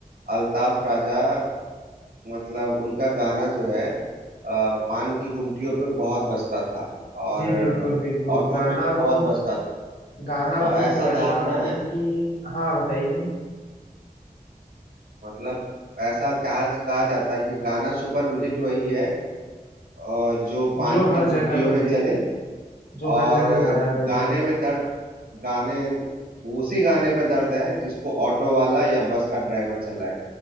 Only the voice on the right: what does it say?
अल्ताफ राजा मतलब उनका गाना जो है आ, पान की गुमटियों पे बहुत बजता था और
अ,
ऑटो
में भी बहुत
बजता था
और
ऐसा
धारणा
है
मतलब ऐसा कहा कहा जाता है कि गाना सुपर हिट वही है और जो पान
की
गुमटियों
में चले
और
गाने में दर्द गाने उसी गाने में दर्द है जिसको ऑटो वाला या बस का ड्राइवर चलाए